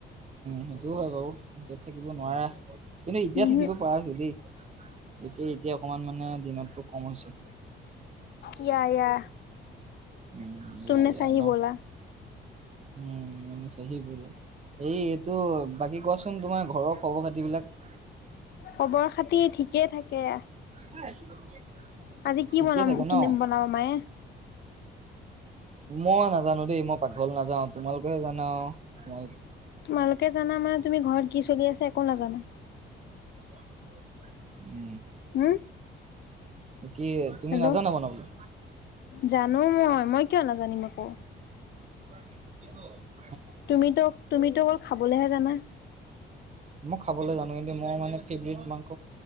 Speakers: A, on the right; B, on the left.
A: সেইটোও হয় বাৰু ভিতৰত থাকিব নোৱাৰা। কিন্তু এতিয়া
B: উমহু
A: থাকিব পৰা হৈছিল দেই এতিয়া এতিয়া অকমান মানে দিনতকৈ কম হৈছে।
B: এয়া এয়া
A: উম ইয়া
B: তুমনে
A: ইয়া
B: চাহ
A: ন
B: ব'ল
A: উম', <unintelligible> চাহি <unintelligible> এই এইটো বাকী কোৱাচোন তোমাৰ ঘৰৰ খবৰ খাতিবলাক।
B: খবৰ খাতি ঠিকেই থাকে।
A: <unintelligible>
B: আজি কি
A: ঠিকে
B: বনাম
A: থাকে
B: কি
A: ন?
B: বনাব মায়ে?
A: মই নাজানো দেই মই পাকঘল নাাজাও। তোমালোকেহে জানা তোম
B: তোমালোকে জানা মানে তুমি ঘৰত কি চলি আছা একো নাজানা।
A: <unintelligible> উম
B: হম
A: কি তুমি
B: হেল্ল'
A: নাজানা বনাবলৈ
B: জানো মই মই কিয় নাজানিম আকৌ
A: কিহ
B: তুমিতো তুমিতো অল খাবলেহে জানা।
A: মই খাবলৈ জানো কিন্তু মোৰ মানে ফেভট মাংস